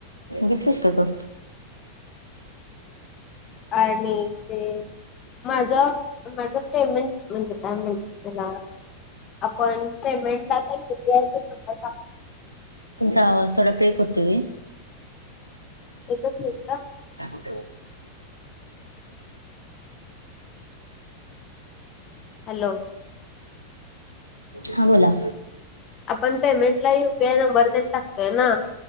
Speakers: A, on the right (about 85°); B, on the left (about 30°).
A: बटस का तू
B: आणि ते माझा माझ पेमेंट म्हणजे कायत त्याला आप पेमेंट का ते स टा
A: तुचा आवाज ब्रेक होतोय
B: एकच मिनिटात
A: ह
B: हॅलो
A: हा बोला
B: आपण पेमेंटला युपीआय नंबर त्यांनी टाकतोय ना